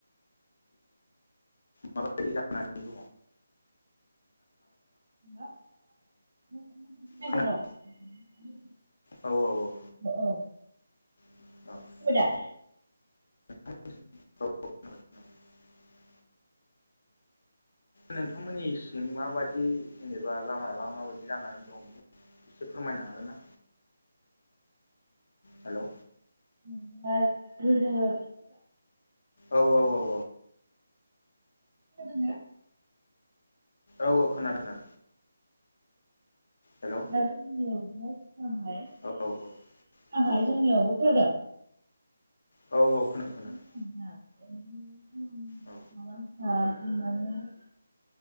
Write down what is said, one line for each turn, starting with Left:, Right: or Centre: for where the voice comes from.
Left: मा बायदि जानानै <unintelligible>
Right: खोनायाखै <unintelligible>
Left: खोनादों औ औ औ।
Right: औ।
Left: <unintelligible>
Right: खोनाबाय
Left: नोंथांमोननि सिं माबायदि जेनेबा लामा लां माबायदि जानानै दं बे एसे फोरमायनो हागोन ना? हेलौ
Right: <unintelligible> गोदोनि
Left: औ औ औ औ।
Right: <unintelligible>
Left: औ औ खोनादों दा? हेलौ।
Right: जोंनियावहाय
Left: औ औ औ
Right: जोंनियावबो खोनादों।
Left: औ औ खोनादों खोनादों।
Right: <inaudible>
Left: औ